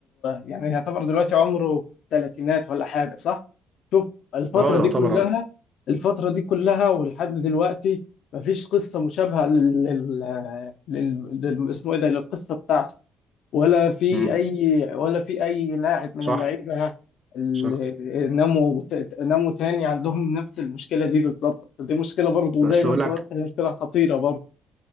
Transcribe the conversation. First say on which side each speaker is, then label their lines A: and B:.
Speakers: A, on the left; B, on the right.
A: يعني يعتبر دلوقتي عمره ثلاثينات ولا حاجه صح شوف الفتره
B: اه
A: دي
B: يعتبر
A: كلها
B: اه
A: الفتره دي كلها ولحد دلوقتي مفيش قصه مشابهه لل- لل- لل... لل... اسمه ايه ده للقصه بتاعته ولا في
B: مم.
A: اي ولا في اي لاعب من
B: صح
A: اللعيبه اللي
B: صح
A: ناموا ناموا تاني عندهم نفس المشكله دي بالظبط دي مشكله برضه
B: بس
A: زي ما
B: اقول
A: انت
B: لك
A: قلت هي مشكله خطيره برضه